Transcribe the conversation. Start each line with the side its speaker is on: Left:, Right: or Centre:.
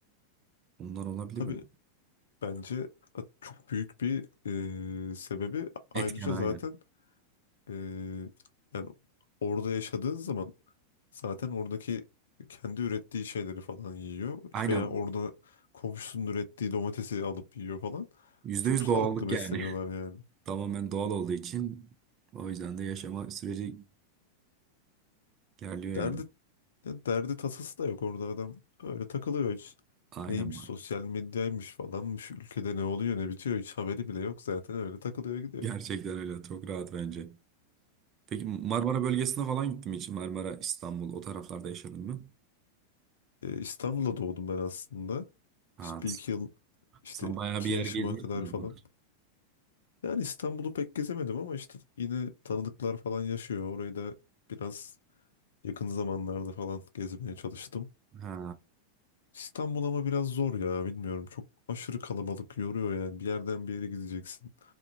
Right: ondan olabilir
Left: Tabii
Right: mi?
Left: bence çok büyük bir e, sebebi ayrıca
Right: Etken aynı.
Left: zaten e, yani orada yaşadığın zaman zaten oradaki kendi ürettiği şeyleri falan yiyor
Right: Aynen.
Left: veya orada komşusunun ürettiği domatesi alıp yiyor falan.
Right: yüzde
Left: Çok
Right: yüz
Left: sağlıklı
Right: doğallık
Left: besleniyorlar
Right: yani.
Left: yani.
Right: <laughs> Tamamen doğal olduğu için o yüzden de yaşama süreci gerliyor
Left: Derdi
Right: yani.
Left: ya derdi tasası da yok orada adam öyle takılıyor hiç.
Right: Aynen
Left: Neymiş
Right: <laughs> var.
Left: sosyal medyaymış falanmış ülkede ne oluyor ne bitiyor hiç haberi bile yok zaten öyle takılıyor gidiyor.
Right: Gerçekten öyle. Çok rahat bence. Peki Marmara bölgesine falan gittin mi hiç? Marmara, İstanbul o taraflarda yaşadın mı?
Left: e, İstanbul'da doğdum ben aslında.
Right: Ha,
Left: İşte bir iki yıl işte
Right: sen bayağı
Left: iki
Right: bir yer
Left: yaşıma
Right: gezmişsin.
Left: kadar
Right: o
Left: falan.
Right: zaman.
Left: Yani İstanbul'u pek gezemedim ama işte yine tanıdıklar falan yaşıyor. Orayı da biraz yakın zamanlarda falan gezmeye çalıştım.
Right: Ha,
Left: İstanbul ama biraz zor ya bilmiyorum. Çok aşırı kalabalık yoruyor yani. Bir yerden bir yere gideceksin.